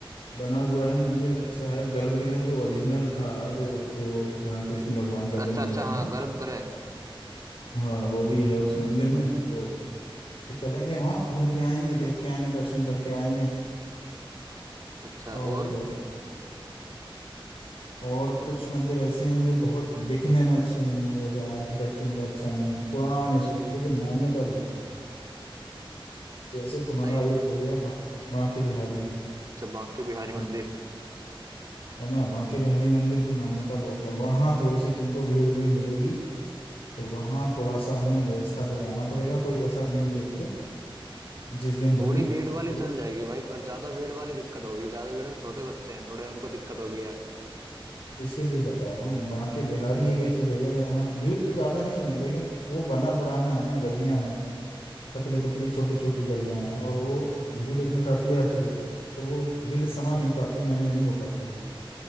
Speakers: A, on the left; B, on the right.
A: बना हुआ है मंदिर अच्छा है गर्भगृह जो ओरिजिनल था जो जो जहाँ कृष्ण भगवान का जन्म
B: अच्छा अच्छा
A: हुआ
B: हाँ
A: था
B: गर्भगृह
A: हाँ वो भी है उस मंदिर में तो चलेंगे वहाँ घूम के आएंगे देख के आएंगे दर्शन करके आएंगे
B: अच्छा
A: और
B: और
A: और कुछ मंदिर ऐसे हैं जो बहुत दिखने में अच्छे नहीं है जैसे आर्किटेक्चर उनका अच्छा नहीं है पुराने स्वरूप लेकिन मान्यता बहुत है जैसे तुम्हारा
B: नहीं
A: एक हो गया बा, बांके बिहारी
B: अच्छा बांके बिहारी मंदिर
A: मत- है ना बांके बिहारी मंदिर की मान्यता बहुत है वहाँ थोड़ी सी तुमको भीड़ भीड़ मिलेगी तो वहाँ थोड़ा सा हमें व्यवस्था से जाना पड़ेगा कोई ऐसा दिन देख के जिस दिन भीड़
B: थोड़ी
A: थोड़ी
B: भीड़ वाली चल जाएगी भाई पर ज्यादा भीड़ वाली दिक्कत होगी ज्यादा भीड़ में छोटे बच्चे हैं थोड़े उनको दिक्कत होगी यार
A: इसीलिए बता रहा हूँ बांके बिहारी एक ऐसी जगह है जहाँ भीड़ तो ज्यादा नहीं है लेकिन वो बना पुराना है ना गलियां हैं पतली पतली छोटी छोटी गलियां हैं और वो भीड़ उसमें काफी आती है तो वो भीड़ समा नहीं पाती मैनेज नहीं हो पाती है